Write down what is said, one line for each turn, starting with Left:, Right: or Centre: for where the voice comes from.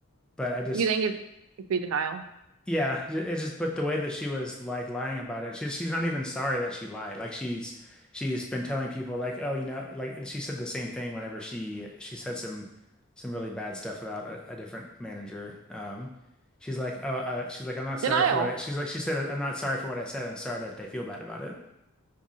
Centre: But I just
Right: You think it it could be denial?
Centre: Yeah, it just but the way that she was like lying about it, she's she's not even sorry that she lied. Like she's she's been telling people like, oh, you know, like she said the same thing whenever she she said some some really bad stuff about a, a different manager. Um, she's like, oh, uh, she's like, I'm not sorry
Right: Denial.
Centre: for what I. She's like, she said, I'm not sorry for what I said. I'm sorry that they feel bad about it.